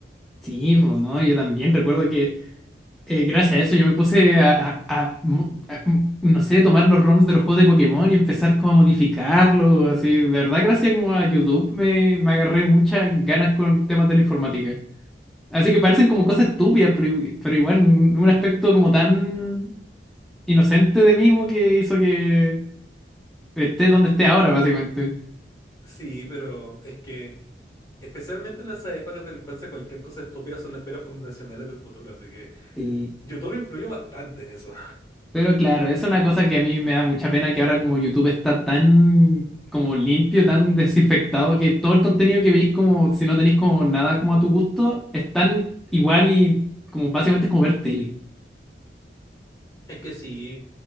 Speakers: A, in the centre; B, on the left.
A: sí, pues no, yo también recuerdo que... eh, gracias a eso yo me puse a, a- a mo- a- m- no sé, tomar los ROMs de los juegos de Pokémon y empezar como a modificarlos, así. De verdad, gracias como a YouTube me, me agarré muchas ganas con temas de la informática. Así que parecen como cosas estúpidas, pero, i- pero igual un un aspecto como tan inocente de mí como que hizo que esté donde esté ahora, básicamente.
B: Sí, pero es que especialmente en esas épocas de la infancia cualquier cosa estúpida son las peras fundacionales del futuro, así que
A: Sí.
B: YouTube influyó bastante en eso.
A: Pero claro, es una cosa que a mí me da mucha pena que ahora como YouTube está tan como limpio, tan desinfectado, que todo el contenido que veis como si no tenéis como nada como a tu gusto, es tan igual y como básicamente es como ver tele.
B: Es que sí,